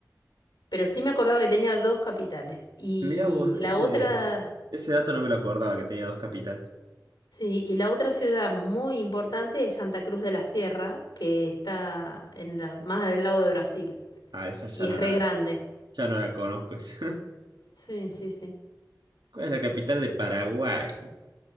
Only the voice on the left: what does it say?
Pero sí me acordaba que tenía dos capitales. Y
la
otra,
sí, y la otra ciudad muy importante es Santa Cruz de la Sierra, que está en la, más del lado de Brasil.
Y es
re
grande.
Sí, sí, sí.